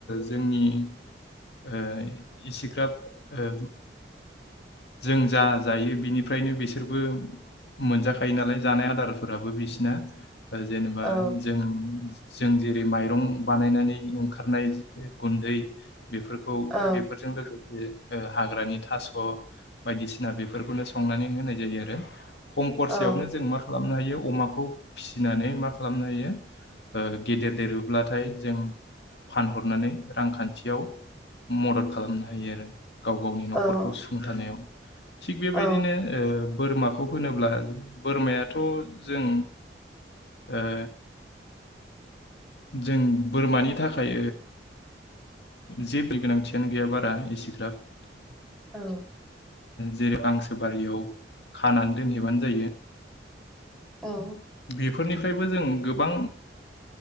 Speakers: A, on the left; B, in the centre.
A: जोंनि ओ इसेग्राब ओ जों जा जायो बिनिफ्रायनो बिसोरबो मोनजाखायो नालाय जानाय आदारफोराबो बिसिना जेनेबा
B: औ
A: जों जों जेरै माइरं बानायनानै ओंखारनाय गुन्दै बेफोरखौ
B: औ
A: बेफोरजों बे ओ हाग्रानि थास' बायदिसिना बेफोरखौनो संनानै होनाय जायो आरो खम खरसायावनो
B: औ
A: जों मा खालामनो हायो अमाखौ फिसिनानै मा खालामनो हायो गेदेर देरोब्लाथाय जों फानहरनानै रांखान्थियाव मदद खालामनो हायो आरो गाव गावनि न'खरखौ
B: औ
A: सुंथानायाव थिग बेबायदिनो
B: औ
A: ओ बोरमाखौ होनोब्ला बोरमायाथ' जों ओ जों बोरमानि थाखाय जेबोनि गोनांथियानो गैया बारा एसे <unintelligible>
B: औ
A: जेरै गांसो बारियाव खानानै दोनहैबानो जायो
B: औ
A: बेफोरनिफ्रायबो जों गोबां